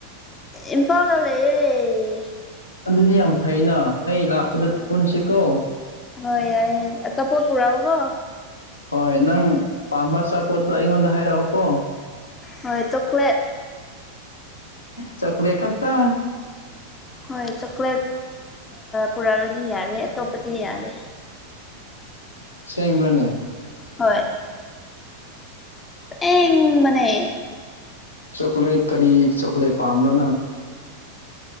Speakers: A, on the left; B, on the left.
A: ꯏꯝꯐꯥꯜꯗ ꯂꯩꯌꯦ
B: ꯑꯗꯨꯗꯤ ꯌꯥꯝ ꯐꯩꯅ ꯑꯩ ꯂꯥꯛꯄꯗ ꯄꯨꯟꯁꯤꯀꯣ
A: ꯍꯣꯏ ꯌꯥꯏ ꯌꯥꯏ ꯑꯆꯥꯄꯣꯠ ꯄꯨꯔꯛꯑꯣ ꯀꯣ
B: ꯍꯣꯏ ꯅꯪ ꯄꯥꯝꯕ ꯆꯄꯣꯠꯠꯇ ꯑꯩꯉꯣꯟꯗ ꯍꯥꯏꯔꯛꯑꯣꯀꯣ
A: ꯍꯣꯏ ꯆꯀ꯭ꯂꯦꯠ
B: ꯆꯣꯀꯣꯂꯥꯠ ꯈꯛꯇꯥ
A: ꯍꯣꯏ ꯆꯣꯀ꯭ꯂꯦꯠ ꯄꯨꯔꯛꯔꯗꯤ ꯌꯥꯔꯦ ꯑꯇꯣꯞꯄꯗꯤ ꯌꯥꯔꯦ
B: ꯁꯦꯡꯕ꯭ꯔꯅꯦ
A: ꯍꯣꯏ ꯑꯦꯕꯅꯦ
B: ꯆꯥꯛꯀ꯭ꯂꯦꯠ ꯀꯔꯤ ꯆꯣꯀꯣ꯭ꯂꯦꯠ ꯄꯥꯝꯕꯅꯣ ꯅꯪ